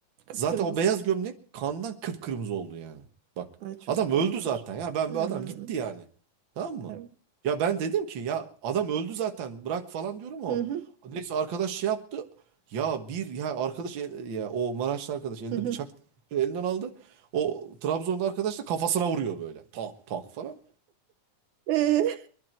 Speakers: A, on the right; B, on the right.
A: Kıpkırmızı.
B: Zaten o beyaz gömlek kandan kıpkırmızı oldu yani. Bak
A: Ay çok
B: adam
A: korkunç.
B: öldü zaten ya ben
A: Hmm,
B: bu adam gitti yani. Tamam mı?
A: evet.
B: Ya ben dedim ki ya adam öldü zaten bırak falan diyorum o.
A: Hı hı,
B: Neyse arkadaş şey yaptı. Ya bir ya arkadaş el- ya o Maraşlı arkadaş elinde
A: hı hı.
B: bıçak elinden aldı. O Trabzonlu arkadaş da kafasına vuruyor böyle. Tak tak falan.
A: Ee,